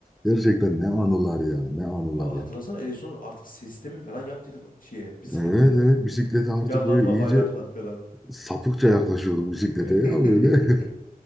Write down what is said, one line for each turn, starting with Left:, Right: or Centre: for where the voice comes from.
Centre: Gerçekten ne anılar ya, ne anılar
Left: Hatırlasana
Centre: ya.
Left: en son artık sistemi falan yaptıydık şeye bisikletlere.
Centre: Evet evet bisiklete artık
Left: Yanlarına
Centre: böyle iyice
Left: bayraklar falan.
Centre: sapıkça yaklaşıyorduk bisiklete
Left: <laughs>
Centre: ya böyle.